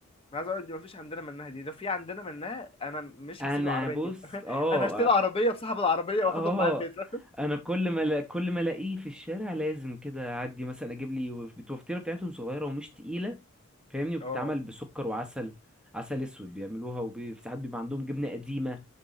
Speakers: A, on the left; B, in the centre.
A: انا عايز اقول لك دي ما فيش عندنا منها دي لو في عندنا منها انا مش
B: انا
A: هسيب العربيه
B: بص
A: دي <laughs>
B: اه
A: انا هشتري عربيه بصاحب العربيه
B: اه
A: واخدهم معايا البيت <laughs>
B: انا كل ما لا- كل ما الاقيه في الشارع لازم كده اعدي مثلا اجيب لي وف- الوفطيره بتاعتهم صغيره ومش تقيله فاهمني وبتتعمل
A: اه
B: بسكر وعسل عسل اسود بيعملوها وساعات بيبقى عندهم جبنه قديمه